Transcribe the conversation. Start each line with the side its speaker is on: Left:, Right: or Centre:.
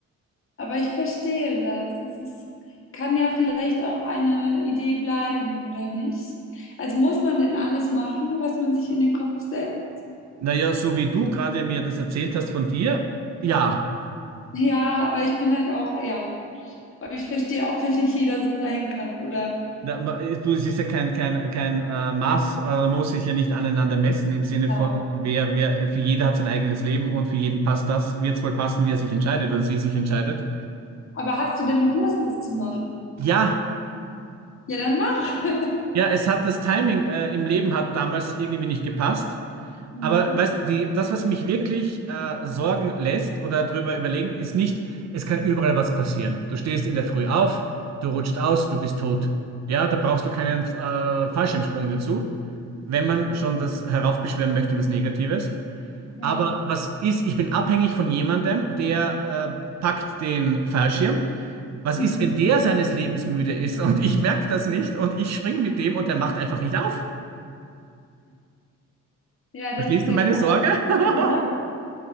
Left: aber ich verstehe das. Es ist, kann ja vielleicht auch eine Idee bleiben, oder nicht? Also muss man denn alles machen, was man sich in den Kopf setzt?
Right: Naja, so wie du gerade mir das erzählt hast von dir, ja.
Left: Ja, aber ich bin halt auch, ja, aber ich verstehe auch, <laughs> wenn nicht jeder so sein kann, oder?
Right: Da, ma- du, es ist ja kein, kein, kein äh, Maß, äh, da muss sich ja nicht aneinander messen im Sinne
Left: Ja.
Right: von, wer, wer, für jeder hat sein eigenes Leben und für jeden passt das, wird es wohl passen, wie er sich entscheidet oder sie sich entscheidet.
Left: Aber hast du denn noch Lust, das zu machen?
Right: Ja,
Left: Ja, dann mach. <laughs>
Right: ja, es hat das Timing äh, im Leben hat damals irgendwie nicht gepasst.
Left: Mhm.
Right: Aber weißt du, die, das, was mich wirklich äh, sorgen lässt oder drüber überlegen, ist nicht, es kann überall was passieren. Du stehst in der Früh auf, du rutscht aus, du bist tot. Ja, da brauchst du keinen äh, Fallschirmsprung dazu. wenn man schon das heraufbeschwören möchte, was Negatives.
Left: Ja.
Right: Aber was ist, ich bin abhängig von jemandem, der äh, packt den Fallschirm. Was
Left: Mhm.
Right: ist, wenn der seines Lebens müde ist und ich merke das nicht und ich springe mit dem und der macht einfach nicht auf?
Left: Ja, das
Right: Verstehst
Left: ist
Right: du
Left: ja
Right: meine
Left: gerade
Right: Sorge?
Left: der Kick,
Right: <laughs>
Left: oder?